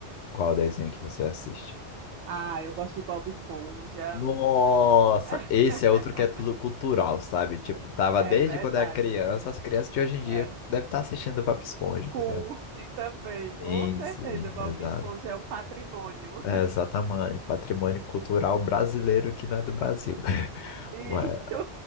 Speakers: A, on the left; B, on the right.
A: Qual desenho que você assiste?
B: Ah, eu gosto de Bob Esponja.
A: Nossa,
B: <laughs>
A: esse é outro que é tudo cultural, sabe? Tipo, tava
B: É
A: desde
B: verdade.
A: quando era criança, as crianças de hoje em dia
B: É.
A: devem estar assistindo Bob Esponja,
B: Curte
A: tá ligado?
B: também, com
A: Sim,
B: certeza.
A: sim,
B: Bob
A: exato.
B: Esponja é um patrimônio.
A: É, exatamente, patrimônio cultural brasileiro que não é do Brasil. <laughs>
B: <laughs>
A: Ué,
B: Isso.